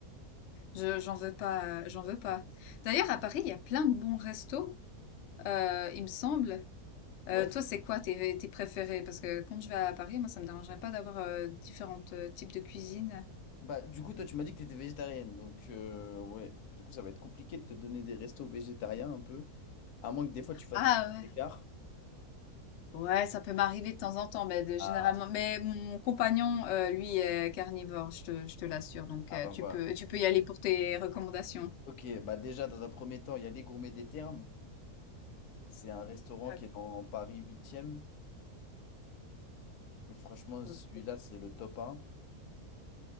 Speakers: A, on the left; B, on the left.
A: je, j'en veux pas, euh, j'en veux pas. D'ailleurs, à Paris, il y a plein de bons restos, euh, il me semble.
B: Ouais.
A: Euh,
B: c'est-
A: toi, c'est quoi tes, tes préférés? Parce que quand je vais à Paris, moi, ça me dérangerait pas d'avoir euh, différents euh, types de cuisine.
B: Bah, du coup, toi, tu m'as dit que t'étais végétarienne. Donc, euh, ouais. Du coup, ça va être compliqué de te donner des restos végétariens un peu. À moins que des fois, tu fasses
A: Ah
B: des petits écarts.
A: ouais. Ouais, ça peut m'arriver de temps en temps, mais de-
B: Ah,
A: généralement. Mais mon compagnon, euh, lui, est carnivore, je te, je te l'assure. Donc,
B: ah
A: euh,
B: bah
A: tu
B: voilà.
A: peux, tu peux y aller pour tes recommandations.
B: Ok, bah déjà, dans un premier temps, il y a les Gourmets des Ternes. C'est un restaurant
A: Ah,
B: qui est dans Paris huitième Et franchement,
A: ok.
B: celui-là, c'est le top 1.